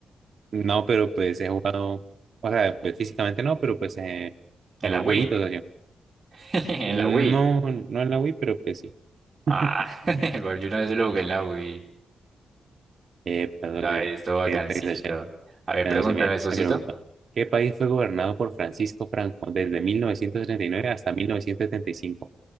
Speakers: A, on the right (about 50°); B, on the right (about 25°).
A: No, pero pues he jugado, o sea, pues físicamente no, pero pues eh,
B: En
A: en
B: la
A: un
B: Wii.
A: jueguito, o
B: <laughs> En
A: No,
B: la Wii.
A: no en la Wii, pero pues sí.
B: Ah,
A: <laughs>
B: <laughs> porque yo una vez lo jugué en la Wii.
A: Eh, perdón,
B: Ay,
A: yo,
B: esto bacancito.
A: pensé que se echara.
B: A ver,
A: Bueno,
B: pregúntame,
A: sí, mira,
B: socio.
A: me pregunto, ¿qué país fue gobernado por Francisco Franco desde 1939 hasta 1975?